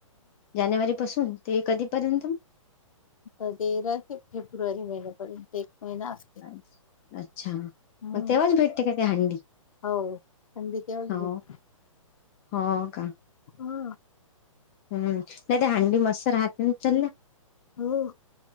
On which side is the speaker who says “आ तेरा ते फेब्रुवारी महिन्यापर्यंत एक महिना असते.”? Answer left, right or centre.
Left